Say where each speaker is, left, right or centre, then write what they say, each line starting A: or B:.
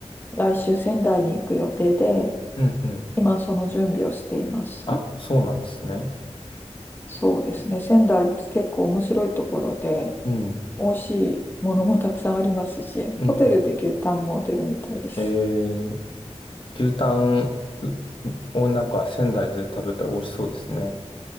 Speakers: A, on the left; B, on the left.
A: 来週仙台に行く予定で、
B: うんうん。
A: 今その準備をしています。
B: あ、そうなんですね。
A: そうですね。仙台結構面白いところで、
B: うん、
A: 美味しいものもたくさんありますし、
B: うん。
A: ホテルで牛タンも出るみたいです。
B: えー、牛タンをなんか仙台で食べたら美味しそうですね。